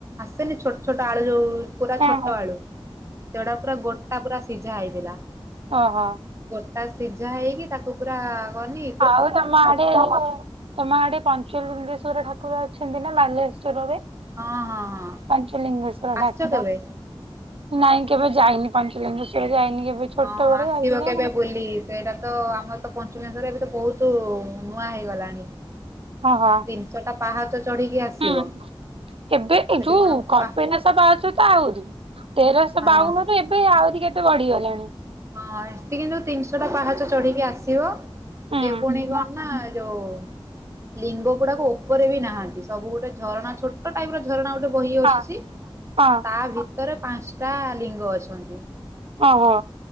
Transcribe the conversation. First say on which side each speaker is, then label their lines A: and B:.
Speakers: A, on the right; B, on the right.
A: ଆସେନି ଛୋଟ ଛୋଟ ଆଳୁ ଯୋଉ ପୁରା
B: ହଁ
A: ଛୋଟ ଆଳୁ ସେଗୁଡା ପୁରା ଗୋ ଟା ପୁରା ସିଝା ହେଇଥିଲା।
B: ହଁ ହଁ।
A: ଗୋଟା ସିଝା ହେଇକି ତାକୁ ପୁରା ଗନି।
B: ଆଉ ତମ ଆଡେ ଇଏ ତମ ଆଡେ ପଞ୍ଚଲିଙ୍ଗେଶ୍ଵର ଠାକୁର ଅଛନ୍ତି ନା ବାଲେଶ୍ୱରରେ?
A: ହଁ ହଁ ହଁ
B: ପାଞ୍ଚଲିଗେଶ୍ୱର
A: ଆସିଛ
B: ଡାକୁଦମ।
A: କେବେ?
B: ନାଇଁ କେବେ ଯାଇନି ପଞ୍ଚଲିଙ୍ଗେଶ୍ୱର ଯାଇନି କେବେ। ଛୋଟବେଳେ
A: ହଁ ହଁ ଆସିବ
B: ଯାଇଥିଲି
A: କେବେ ବୁଲି ସେଇଟା ତ ଆମର ତ ପଞ୍ଚଲିଙ୍ଗେଶ୍ୱର ଏବେ ତ ବହୁତ ନୂଆ ହେଇଗଲାଣି।
B: ଓଁ ହଁ।
A: ତିନିଷଟା ପାହାଚ ଚଢିକି ଆସିବ
B: ହୁଁ। ଏବେ
A: ସେଠି
B: ଯୋଉ
A: କଣ
B: କପିଳାସ
A: ପା
B: ପାହାଚତ ଆହୁରି ତେରଶହ
A: ହଁ
B: ବାଉନରେ ଏ ଏବେ ଆହୁରି କେତେ ବଢିଗଲାଣି।
A: ହଁ ଏଠି କିନ୍ତୁ ତିନିଶହଟା ପାହାଚ ଚଢିକି ଆସିବ ସିଏ
B: ହୁଁ
A: ପୁଣି କ ନା ଯୋଉ ଲିଙ୍ଗ ଗୁଡ଼ାକ ଉପରେବି ନାହାନ୍ତି ସବୁ ଗୋଟେ ଝରଣା ଛୋଟ ଛୋଟ ଟାଇପର ଝରଣା ଗୋଟେ ବୋହି ଆସୁଚି
B: ହଁ ହଁ
A: ତା ଭିତରେ ପାଞ୍ଚଟା ଲିଙ୍ଗ ଅଛନ୍ତି।
B: ଓହୋ।